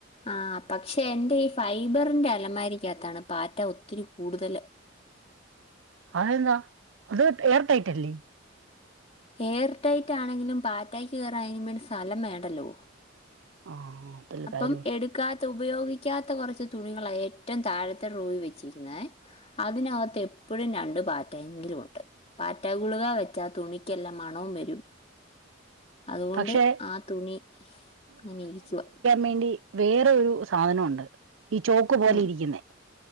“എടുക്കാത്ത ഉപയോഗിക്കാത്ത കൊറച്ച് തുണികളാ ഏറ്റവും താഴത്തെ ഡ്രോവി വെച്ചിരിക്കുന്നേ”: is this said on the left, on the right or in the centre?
Left